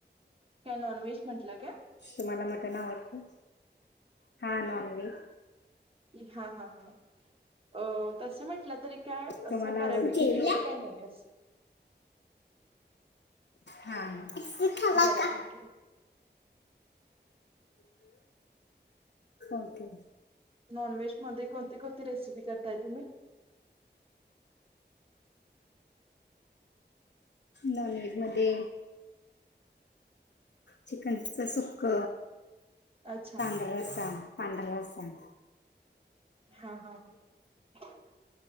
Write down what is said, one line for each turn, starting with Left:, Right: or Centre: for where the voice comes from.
Right: काय नॉन व्हेज म्हटलं काय.
Left: तुम्हाला मटण आवडते हा नॉन व्हेज.
Right: हा हा हा अ तस म्हटलं तर. काय
Left: तुम्हाला
Right: असं बऱ्यापैकी
Left: आवडते जेवला
Right: एवढं काही नाही असं.
Left: हां इथला
Right: बऱ्यापैकी
Left: का. ओके.
Right: नॉनव्हेजमध्ये कोणती कोणती रेसिपी करताय तुम्ही?
Left: नॉन व्हेजमध्ये. चिकनच सुक.
Right: अच्छा.
Left: पंढ वष पंधरा वर्ष.
Right: हा हा ह